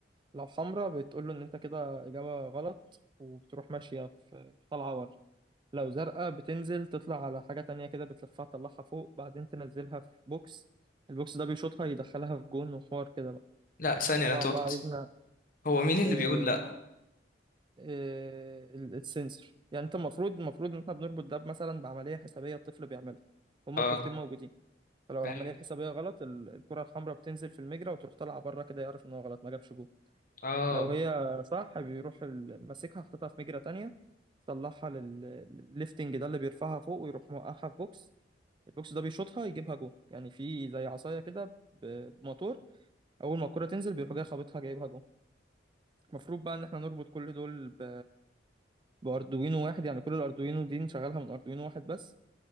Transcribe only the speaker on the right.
لو حمراء بتقول له ان انت كده اجابة غلط وبتروح ماشية في طالعة ورا لو زرقاء بتنزل تطلع على حاجة تانية كده بتلفها تطلعها فوق بعدين تنزلها في بوكس البوكس ده بيشوطها يدخلها في جون وحوار كده بقى
طبعا
بقى عايزنا
آه،
آه، ال- السنسور يعني انت المفروض المفروض ان احنا بنربط ده مثلا بعملية حسابية الطفل بيعملها هما
كورتين موجودين فلو العملية
الحسابية غلط ال- الكرة الحمراء بتنزل في المجرى وتروح طالعة بره كده يعرف ان هو غلط ما جابش جول
لو هي صح بيروح ال- ماسكها حاططها في مجرى تانية طلعها للليفتنج ده اللي بيرفعها فوق ويروح موقعها في بوكس البوكس ده بيشوطها يجيبها جون يعني في زي عصايه كده ب- بموتور اول ما الكره تنزل بيروح جاي خابطها جايبها جون المفروض بقى ان احنا نربط كل دول ب... باردوينو واحد يعني كل الاردوينو دي نشغلها من اردوينو واحد بس